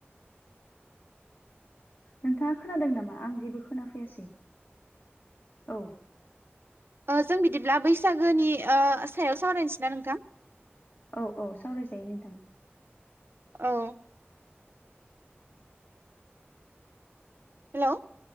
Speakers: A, on the left (about 50°); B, on the right (about 60°).
A: नोंथाङा खोनादों नामा आं जेबो खोनाफैयासै औ
B: ओ जों बिदिब्ला बैसागोनि ओ सायाव सावरायनोसै ना नोंथां
A: औ औ सावरायजायो नोंथां
B: औ हेलौ